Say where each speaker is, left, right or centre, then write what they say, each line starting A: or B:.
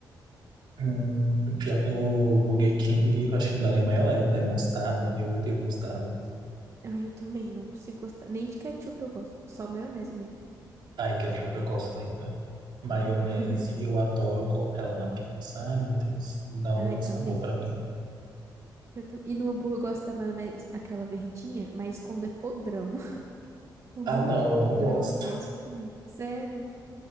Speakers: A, on the right (about 70°); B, on the right (about 35°).
A: Hum, pior que no Burger King, eu acho que não dá nem maionese, dá mostarda. Eu odeio mostarda.
B: Ai, eu também não consigo gostar. Nem de ketchup eu gosto, só maionese mesmo.
A: Ai, ketchup eu gosto ainda. Maionese,
B: <laughs>
A: eu adoro colocar ela na pizza. Ai, meu Deus, dá um
B: Ai,
A: outro
B: também.
A: sabor pra mim.
B: Eu tam- E no hambúrguer eu gosto da maionese, aquela verdinha, mas quando é podrão. <laughs> Hambúrguer
A: Ah, não, eu
B: podrão,
A: não gosto.
B: nossa comida. Sério.